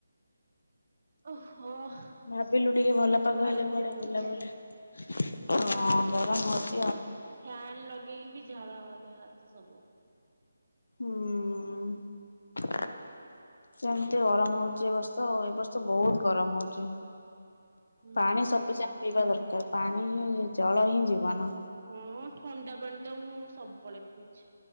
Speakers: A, on the right; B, on the left.
A: ଓହୋ ହଁ
B: ଭାବିଲୁ ଟିକେ ଭଲ ପାଗ
A: ଝାଳ
B: ହେଲେ କୁଆଡେ
A: ଖାଲି ବୋହୁଛି।
B: ବୁଲାବୁଲି ହଁ ଗରମ ହଉ।
A: ଫ୍ୟାନ୍ ଲଗେଇକି ବି ଝାଳ ଦେହ। ତ ସବୁ
B: ହୁଁ। ସେମିତି ଗରମ ହଉଛି ଏ ବଷ୍ ତ ଏ ବର୍ଷ- ବହୁତ ଗରମ ହଉଚି
A: ହୁଁ।
B: ପାଣିି ସଫିସିଏଣ୍ଟ ପିଇବା ଦରକାର ପାଣ୍ ହୁଁ ଜଳ ହିଁ ଜୀବନ।
A: ହଁ ଥଣ୍ଡା ପାଣି ତ ମୁଁ ସବୁବେଳେ ପିଉଚି।